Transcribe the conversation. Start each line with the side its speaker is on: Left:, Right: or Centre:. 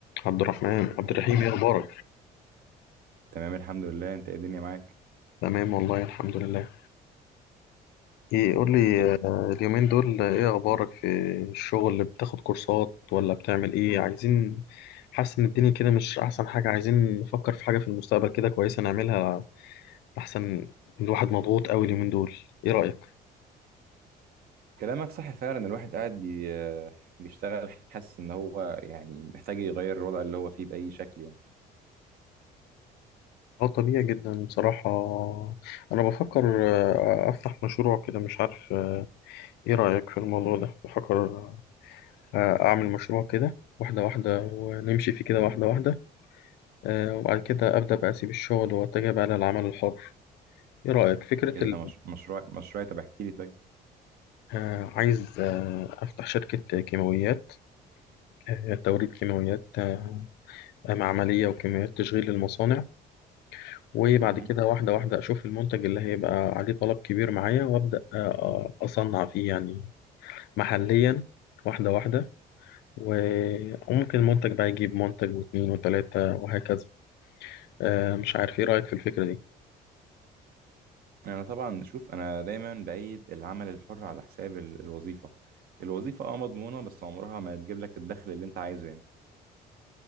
Left: عبد الرحمن عبد الرحيم ايه اخبارك
Right: تمام الحمد لله انت ايه الدنيا معاك
Left: تمام والله الحمد لله ايه قول لي
Right: إيه،
Left: آه، اليومين دول ايه اخبارك في الشغل بتاخد كورسات ولا بتعمل ايه عايزين حاسس ان الدنيا كده مش احسن حاجة عايزين نفكر في حاجة في المستقبل كده كويسة نعملها احسن الواحد مضغوط قوي اليومين دول ايه رأيك
Right: كلامك صح فعلا الواحد قاعد بي... بيشتغل حاسس ان هو يعني محتاج يغير الوضع اللي هو فيه باي شكل يعني
Left: اه طبيعي جدا بصراحة انا بفكر آه، افتح مشروع كده مش عارف آه، ايه رأيك في الموضوع ده بفكر آه، اعمل مشروع كده واحدة واحدة ونمشي فيه كده واحدة واحدة آه، وبعد كده أبدأ بقى أسيب الشغل وأتجه بقى للعمل الحر إيه رأيك؟ فكرة
Right: اذا
Left: ال...
Right: مش... مشروع مشروع طب احكي لي طيب
Left: آه، عايز آه، أفتح شركة كيماويات آه، توريد كيماويات آه، معملية وكيماويات تشغيل للمصانع وبعد
Right: مهم.
Left: كده واحدة واحدة أشوف المنتج اللي هيبقى عليه طلب كبير معايا وأبدأ آه، آه، أصنع فيه يعني محليا واحدة واحدة و- وممكن المنتج بقى يجيب منتج واتنين وتلاتة وهكذا آه، مش عارف إيه رأيك في الفكرة دي؟
Right: انا طبعا شوف انا دايما بايد العمل الحر على حساب ال- الوظيفه الوظيفه اه مضمونه بس عمرها ما هتجيب لك الدخل اللي انت عايزه يعني